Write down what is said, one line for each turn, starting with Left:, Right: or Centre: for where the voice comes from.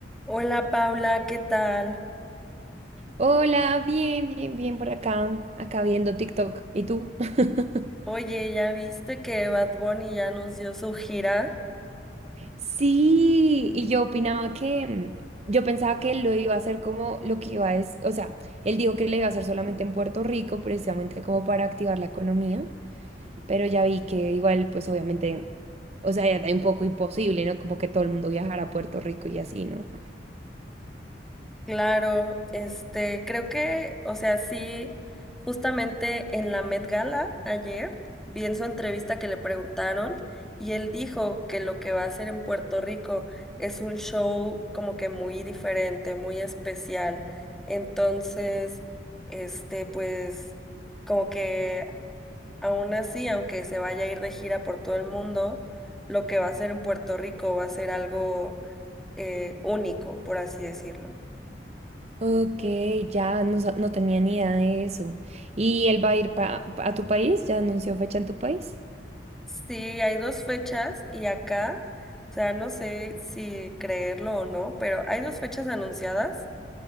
Centre: Hola Paula, ¿qué tal?
Right: Hola, bien, bien, bien por acá, acá viendo TikTok. ¿Y tú? <laughs>
Centre: Oye, ¿ya viste que Bad Bunny ya anunció su gira?
Right: Sí, y yo opinaba que, mm, yo pensaba que lo iba a hacer como lo que iba a decir, o sea, él dijo que lo iba a hacer solamente en Puerto Rico, precisamente como para activar la economía, pero ya vi que igual, pues obviamente, o sea, ya era un poco imposible, ¿no? Como que todo el mundo viajara a Puerto Rico y así, ¿no?
Centre: Claro, este, creo que, o sea, sí, justamente en la Met Gala ayer vi en su entrevista que le preguntaron y él dijo que lo que va a hacer en Puerto Rico es un show como que muy diferente, muy especial. Entonces, este, pues como que Aún así, aunque se vaya a ir de gira por todo el mundo, lo que va a hacer en Puerto Rico va a ser algo eh, único, por así decirlo.
Right: Ok, ya no, sa- no tenía ni idea de eso. ¿Y él va a ir pa- pa- a tu país? ¿Ya anunció fecha en tu país?
Centre: Sí, hay dos fechas y acá, o sea, no sé si creerlo o no, pero hay dos fechas anunciadas